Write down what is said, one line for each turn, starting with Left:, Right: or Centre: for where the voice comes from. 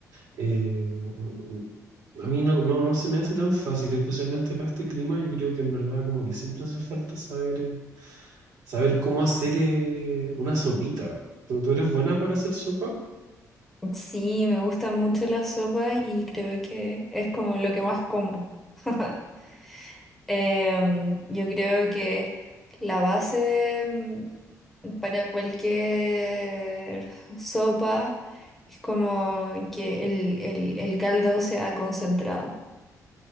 Right: Eh, a mí no, no, no se me hace tan fácil, especialmente para este clima. Yo creo que en verdad como que siempre hace falta saber, eh, saber cómo hacer eh, una sopita. ¿Tú, tú eres buena para hacer sopa?
Centre: Sí, me gustan mucho las sopas y creo que es como lo que más como. <laughs> Em, yo creo que la base mm, para cualquier sopa es como que el, el el caldo sea concentrado.